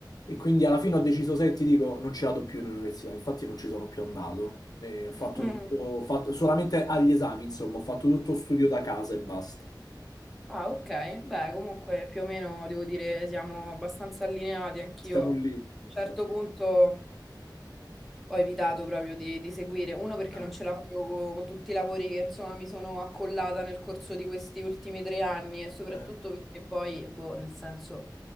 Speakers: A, on the left; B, in the centre.
A: E quindi alla fine ho deciso, se ti dico, non ci vado più in università, infatti non ci sono più andato. E ho fatto
B: <laughs>
A: tutto, ho fatto- solamente agli esami, insomma, ho fatto tutto studio da casa e basta.
B: Ah, ok. Beh, comunque più o meno devo dire siamo abbastanza allineati anch'io.
A: Siamo
B: A un
A: lì.
B: certo
A: Beh,
B: punto ho evitato proprio di, di seguire, uno perché
A: eh,
B: non ce la facevo co- con, tutti i lavori che insomma mi sono accollata nel corso di questi ultimi tre anni e soprattutto
A: eh,
B: perché poi, boh, nel senso,